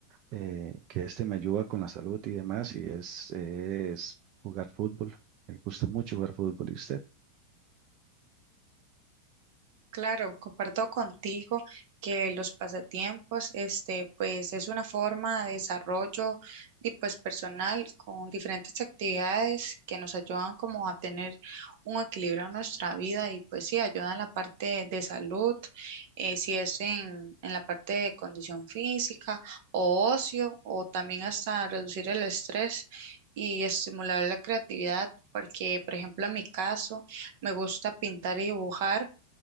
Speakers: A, on the right; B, on the right.
A: eh, que este me ayuda con la salud y demás, y es, es jugar fútbol. Me gusta mucho jugar fútbol. ¿Y usted?
B: Claro, comparto contigo que los pasatiempos, este, pues es una forma de desarrollo y pues personal con diferentes actividades que nos ayudan como a tener un equilibrio en nuestra vida y pues sí, ayudan en la parte de salud, eh, si es en, en la parte de condición física o ocio o también hasta reducir el estrés y estimular la creatividad, porque por ejemplo en mi caso me gusta pintar y dibujar.